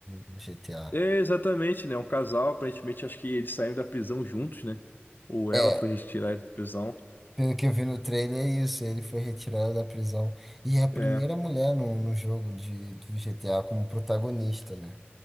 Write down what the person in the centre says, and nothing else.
no GTA.
É,
pelo que eu vi no trailer, é isso. Ele foi retirado da prisão. E é a primeira
mulher no, no jogo de, do GTA como protagonista, né?